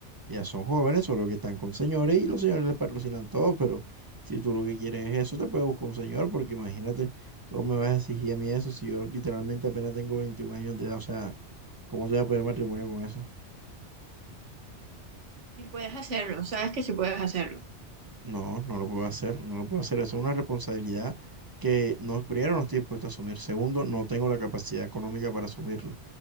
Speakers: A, on the right; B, on the right.
A: Ya son jóvenes, solo que están con señores y los señores les patrocinan todo, pero si tú lo que quieres es eso, te puedes buscar un señor, porque imagínate, ¿cómo me vas a exigir a mí eso si yo literalmente apenas tengo 21 años de edad? O sea, ¿cómo te voy a pedir matrimonio con eso?
B: Y puedes hacerlo, sabes que sí puedes hacerlo.
A: No, no lo puedo hacer, no lo puedo hacer. Eso es una responsabilidad que no, primero no estoy dispuesto a asumir, segundo, no tengo la capacidad económica para asumirlo.